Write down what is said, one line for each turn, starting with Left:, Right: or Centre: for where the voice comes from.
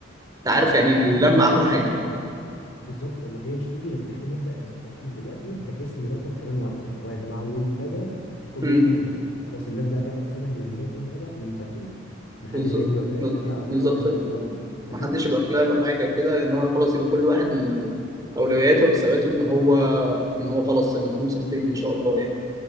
Right: انت عارف يعني اللمه
Left: انت عارف هي مش
Right: احلى
Left: هتيجي
Right: حاجه
Left: اه بالظبط والله هي مش هتيجي غير ان احنا نبدا نظبطها من دلوقتي بحيث نظبط كمان وقت اللي هو يا جماعه يوم كذا كله
Right: امم
Left: يفضي نفسه فخلاص الناس بقى تعمل حسابها ان من بدايه يوم كذا احنا مسافرين محدش
Right: بالظبط
Left: بقى يجي وقتها يقول لك لا
Right: بالظبط
Left: اصل انا ورايا كذا لا فاهم
Right: ما حدش يبقى طلع له حاجه كده ان هو خلاص يبقى كل واحد من اولوياته وحساباته ان هو ان هو خلاص ان احنا مسافرين ان شاء الله يعني